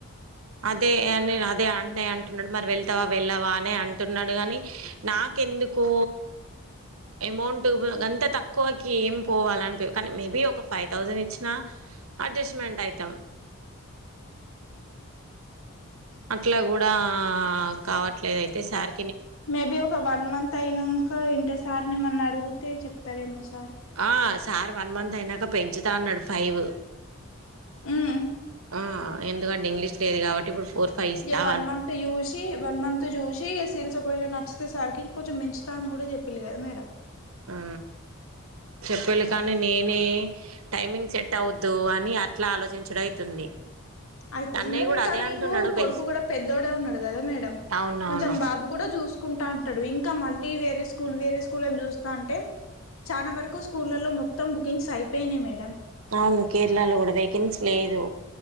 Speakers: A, on the right (about 75°); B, on the left (about 70°).
A: అదే నేను అదే అన్నయ్య అంటున్నాడు మరి వెళ్తావా వెళ్ళావనే అని అంటున్నాడు గాని నా కేందుకో అమౌంట్ అంతా తక్కువకి ఎం పోవాలనిపి కానీ మేబీ ఒక ఫై థౌజండ్ ఇచ్చిన అడ్జస్ట్మెంట్ అయితాం అట్లా కూడా కావట్లేదు అయితే సార్
B: మేబీ ఒక వన్ మంత్ అయినంక ఇంటే సార్నేమన్న అడిగితే చెప్తారేమో స
A: ఆ సార్ వన్ మంత్ అయినంక పెంచుతా అన్నాడు ఫైవ్
B: మ్
A: అ ఎందుకంటే ఇంగ్లీష్ లేదు కాబట్టి ఇప్పుడు ఫోర్ ఫైవ్ ఇస్తా
B: ఇగ వన్ మంత్ జూసి వన్ మంత్ జూసి సేల్స్ ఒకేలా నచ్చితే సార్ కి ఇంకొంచెం పెంచుత అని కూడా చెప్పిళ్ళు కదా మేడమ్
A: ఆ చెప్పిళ్ళు కానీ నేనే టైమింగ్ సెట్ అవద్దు అని అట్లా ఆలోచించుడు అయితుంది
B: అయితే
A: అన్నయ్య
B: మేడం
A: కూడా
B: ఇంకా
A: అదే
B: మీకు
A: అంటున్నాడు వెల్
B: కొడుకు కూడా పెద్దోడే ఉన్నాడు కదా మేడమ్
A: అవునవును
B: కొంచెం బాబు కూడా చూసుకుంటా ఉంటాడు ఇంకా మళ్ళీ వేరే స్కూల్ వేరే స్కూల్ అని చూస్ స్థంటే చాలా వరకు స్కూళ్లలో మొత్తం బుకింగ్స్ అయిపోయినయి మే
A: అవును కేరళలో కూడ వేకేన్స్ లేదు